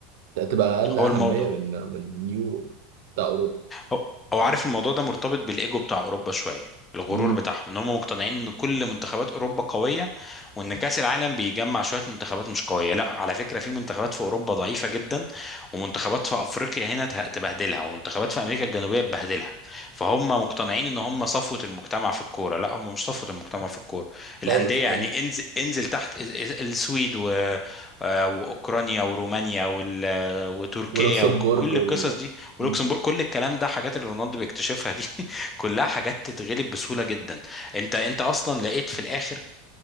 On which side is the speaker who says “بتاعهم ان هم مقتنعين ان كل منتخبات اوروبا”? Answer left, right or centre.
Left